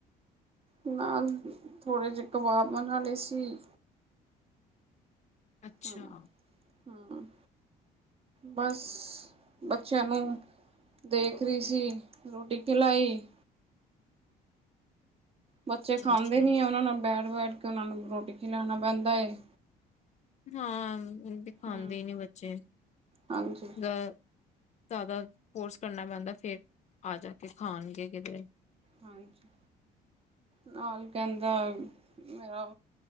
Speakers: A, on the right; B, on the left.
A: ਨਾਲ ਥੋੜ੍ਹੇ ਜੇ ਕਬਾਬ ਬਣਾਲੇ ਸੀ।
B: ਅੱਛਾ
A: ਹੂੰ ਹੂੰ, ਬਸ ਬੱਚਿਆਂ ਨੂੰ ਦੇਖ ਰਹੀ ਸੀ ਰੋਟੀ ਖਿਲਾਈ। ਬੱਚੇ
B: ਅੱਛਾ,
A: ਖਾਂਦੇ
B: ਅੱਛਾ
A: ਨੀ ਉਹਨਾਂ ਨਾਲ ਬੇ। ਬੈਠ ਕੇ ਉਹਨਾ ਨੂੰ ਰੋਟੀ ਖਿਲਾਉਣਾ ਪੈਂਦਾ ਏ।
B: ਹਾਂ। ਖਾਂਦੇ
A: ਹੂੰ
B: ਨੀ ਬੱਚੇ
A: ਹਾਂਜੀ
B: ਗ ਜ਼ਿਆਦਾ ਫੋਰਸ ਕਰਨਾ ਪੈਂਦਾ ਫੇਰ ਆ ਜਾ ਕੇ ਖਾਣਗੇ ਕਿਧਰੇ।
A: ਹਾਂਜੀ, ਨਾਲ ਕਹਿੰਦਾ ਮੇਰਾ